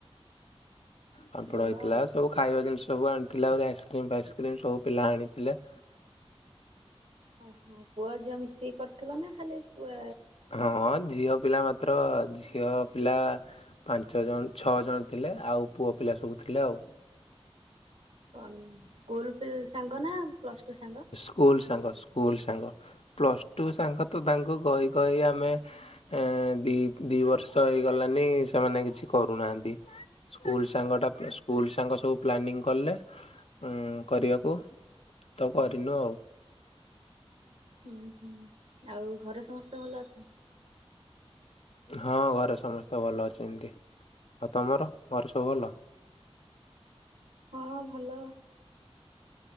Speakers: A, on the left; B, on the right.
A: ପାମ୍ପଡ଼
B: ଭଲ
A: ହେଇଥିଲା
B: ଆଉ।
A: ସବୁ ଖାଇବା ଜିନିଷ ସବୁ ଆଣିଥିଲା ଆଇସ୍କ୍ରିମ୍ ଫାଇସ୍କ୍ରିମ୍ ସବୁ ପିଲା ଆଣିଥିଲେ।
B: ଓହୋ ପୁଅ ଝିଅ ମିଶିକି କରିଥିଲ ନା ଖାଲି ପୁ
A: ହଁ ଝିଅ ପିଲା ମାତ୍ର ଝିଅ ପିଲା ପାଞ୍ଚ ଜଣ ଛଅ ଜଣ ଥିଲେ ଆଉ ପୁଅ ପିଲା ସବୁ ଥିଲେ ଆଉ।
B: କଣ ସ୍କୁଲ ପି ସାଙ୍ଗ ନା ପ୍ଲସ ଟୁ ସାଙ୍ଗ?
A: ସ୍କୁଲ ସାଙ୍ଗ ସ୍କୁଲ ସାଙ୍ଗ ପ୍ଲସ୍ ଟୁ ସାଙ୍ଗ ତ ତାଙ୍କୁ କହି କହି ଆମେ ଏ ଦି ଦି ବର୍ଷ ହେଇଗଲାନି ସେମାନେ କିଛି କରୁନାହାନ୍ତି। ସ୍କୁଲ୍ ସାଙ୍ଗଟା ସ୍କୁଲ୍ ସାଙ୍ଗ ସବୁ ପ୍ଲାନିଂ କଲେ ଉ କରିବାକୁ। ତ କରିନୁ ଆଉ।
B: ହୁଁ ହୁଁ ଆଉ ଘରେ ସମସ୍ତେ ଭଲ ଅଛନ୍ତି?
A: ହଁ ଘରେ ସମସ୍ତେ ଭଲ ଅଛନ୍ତି ଆଉ ତମର ଘରେ ସବୁ ଭଲ?
B: ହଁ ଭଲ।